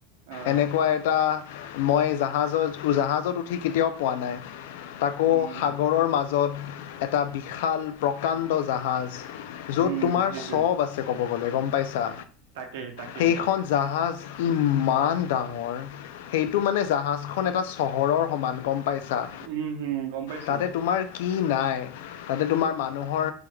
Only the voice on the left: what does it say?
এনেকুৱা এক এটা মই জাহাজত উঠি জাহাজত উঠি কেতিয়াও পোৱা নাই। তাকো
সাগৰৰ মাজত এটা বিশাল প্ৰকাণ্ড জাহাজ। য'ত
তোমাৰ
চব আছে ক'ব গ'লে গম পাইছা
সেইখন জাহাজ ইমান ডাঙৰ। সেইটো মানে জাহাজ খন এটা চহৰৰ সমান গম পাইছে। তা
তাতে তোমাৰ। কি নাই তাতে তোমাৰ মানুহৰ